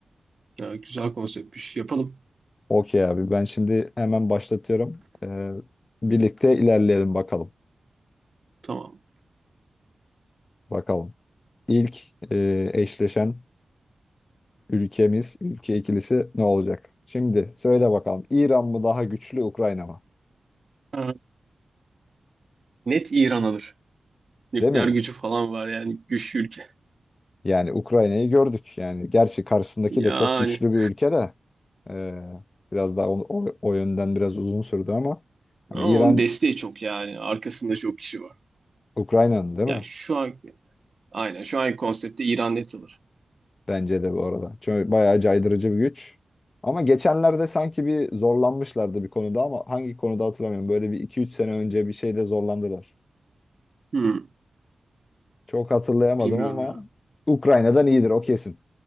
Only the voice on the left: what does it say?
Okey abi ben şimdi hemen başlatıyorum. Ee, birlikte ilerleyelim bakalım.
Bakalım. İlk e, eşleşen ülkemiz, ülke ikilisi ne olacak? Şimdi söyle bakalım. İran mı daha güçlü, Ukrayna mı?
Değil mi?
Yani Ukrayna'yı gördük. Yani gerçi karşısındaki
de çok güçlü bir ülke de. e, biraz daha o, o, o yönden biraz uzun sürdü ama. Hani
İran
Ukrayna'nın değil mi?
Bence de bu arada. Çünkü bayağı caydırıcı bir güç. Ama geçenlerde sanki bir zorlanmışlardı bir konuda ama hangi konuda hatırlamıyorum. Böyle bir iki üç sene önce bir şeyde zorlandılar.
Çok hatırlayamadım
ama
Ukrayna'dan iyidir o kesin.